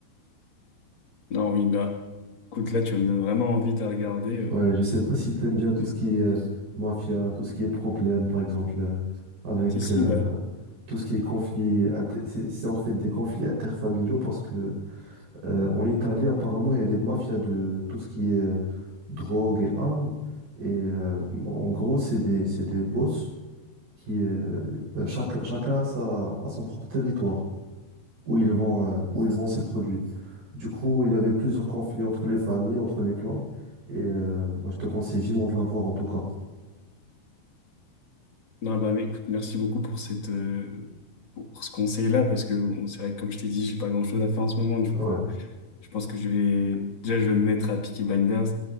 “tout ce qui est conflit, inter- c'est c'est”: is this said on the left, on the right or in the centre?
Right